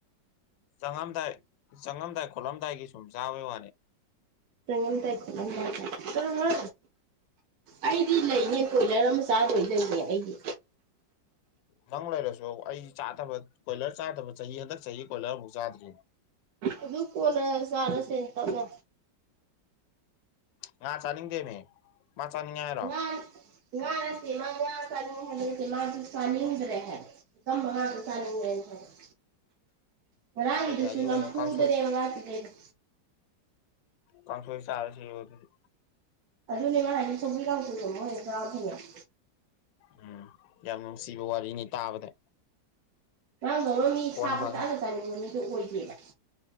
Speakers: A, on the left; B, on the right.
A: ꯆꯪꯉꯝꯗꯥꯏ ꯆꯪꯉꯝꯗꯥꯏ ꯈꯣꯠꯂꯝꯗꯥꯏꯒꯤ ꯁꯨꯝ ꯆꯥꯕꯩ ꯋꯥꯅꯤ
B: ꯆꯪꯉꯝꯗꯥꯏ ꯈꯣꯠꯂꯝꯗꯥꯏꯒꯤ ꯆꯠꯂꯣꯍꯦ ꯑꯩꯗꯤ ꯂꯩꯅꯤ ꯀꯣꯏꯂꯔ ꯑꯃ ꯆꯥꯗꯣꯏ ꯂꯩꯅꯦ ꯑꯩꯗꯤ
A: ꯅꯪ ꯂꯩꯔꯁꯨ ꯑꯩ ꯆꯥꯗꯕ ꯀꯣꯏꯂꯔ ꯆꯥꯗꯕ ꯆꯍꯤ ꯍꯟꯗꯛ ꯆꯍꯤ ꯀꯣꯏꯂꯔ ꯑꯃꯕꯎ ꯆꯥꯗ꯭ꯔꯤ
B: ꯑꯗꯨ ꯀꯣꯟꯅ ꯆꯔꯁꯦ ꯇꯞꯅ
A: ꯉꯥ ꯆꯥꯅꯤꯡꯗꯦꯃꯤ ꯃꯥ ꯆꯅꯤꯡꯉꯦ
B: ꯉꯥ ꯉ ꯥꯅꯠꯇꯦ <unintelligible> ꯃꯥꯗꯤ ꯆꯅꯤꯡꯗꯔꯦ ꯍꯥꯏꯕ ꯑꯆꯝꯕ ꯉꯥꯛꯇ ꯆꯅꯤꯡꯉꯦꯅ ꯍꯥꯏꯕꯅꯦ ꯉꯔꯥꯡꯒꯤꯗꯨꯁꯨ
A: ꯕꯣꯂꯤꯍꯔꯤ ꯑꯣꯏꯔ
B: ꯅꯝꯐꯨꯗꯅꯕ
A: ꯀꯥꯡꯁꯣꯏ
B: ꯉꯥ ꯊꯤꯜꯂꯛꯏꯗꯣ
A: ꯀꯥꯡꯁꯣꯏ ꯆꯥꯔꯁꯦꯌꯨ ꯑꯗꯨꯗꯤ
B: ꯑꯗꯨꯅꯦ ꯃꯥ ꯍꯥꯏꯖꯦ ꯁꯧꯒꯔꯤ ꯀꯥꯡꯁꯣꯏ ꯊꯣꯡꯕ ꯑꯣꯏꯅ <unintelligible>
A: ꯎꯝ ꯌꯥꯝ ꯅꯨꯡꯁꯤꯕ ꯋꯥꯔꯤꯅꯤ ꯇꯥꯕꯗ
B: ꯅꯪꯗꯧꯅ ꯃꯤ
A: ꯐꯣꯟ
B: ꯁꯥ ꯄꯪꯆꯗ
A: ꯐꯪꯉꯤ
B: ꯆꯅꯤꯡꯕ ꯃꯤꯗꯣ ꯑꯣꯏꯗꯦꯕ